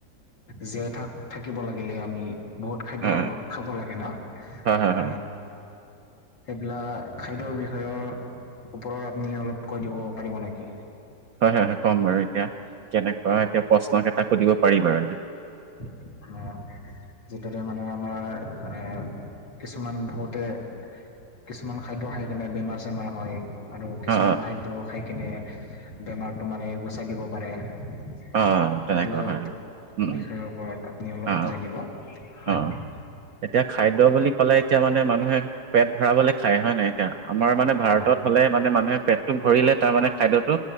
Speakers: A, on the left; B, on the right.
A: জীয়াই থাক থাকিব লাগিলে আমি। বহুত খাদ্য
B: অ
A: খাব খাব লাগে ন
B: অ হয় হয়
A: এ। সেইবিলাক খাদ্যৰ বিষয়ৰ ওপৰত আপুনি অলপ কৈ দিব পাৰিব নেকি।
B: হয় হয় হয় ক'ম বাৰু এতিয়া কেনেকুৱা এতিয়া প্ৰশ্নকেইটা সুধিব পাৰি বাৰু এয়া।
A: অ যিটোৰে মানে আমাৰ এ। কিছুমান বহুতে কিছুমান খাদ্য খাই কিনে বেমাৰ- চেমাৰ হয়। আৰু
B: অ
A: কিছুমান খাদ্য খাই কিনে বেমাৰটো মানে গুচাই দিব পাৰে। সেইবিলাক
B: অ অ তেনেকুৱা হয় হয় উম
A: বিষয়ৰ
B: উম
A: ওপৰত আপুনি অলপ
B: অ
A: বুজাই দিব। হয়।
B: অ অ এতিয়া খাদ্য বুলি ক'লে এতিয়া মানে মানুহে পেট ভৰাবলৈ খায় হয় নাই এতিয়া আমাৰ মানে
A: হয়
B: ভাৰতত। হ'লে মানে মানুহে পেটটো ভৰিলে তাৰ মানে খাদ্যতো